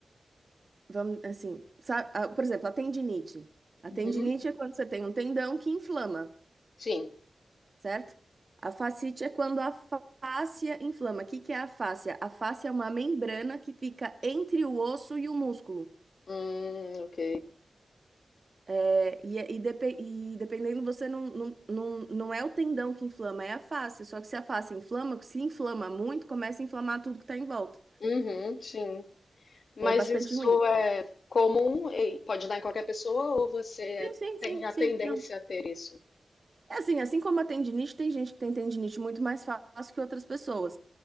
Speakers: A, on the right; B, on the left.
A: vamos assim, sa- a- por exemplo, a tendinite. A
B: Uhum.
A: tendinite é quando você tem um tendão que inflama.
B: Sim.
A: certo? A fascite é quando a fa- fáscia inflama. O que que é a fáscia? A fáscia é uma membrana que fica entre o osso e o músculo.
B: Hum, ok.
A: É, e, é, e depe- e dependendo, você não, não, não, não é o tendão que inflama, é a fáscia. Só que se a fáscia inflama, se inflama muito, começa a inflamar tudo que está em volta.
B: Uhum, sim. Mas
A: É bastante
B: isso
A: ruim.
B: é comum e pode dar em qualquer pessoa ou você
A: Sim, sim, sim,
B: tem a
A: sim,
B: tendência
A: não.
B: a ter isso?
A: É assim, assim como a tendinite, tem gente que tem tendinite muito mais fácil que outras pessoas,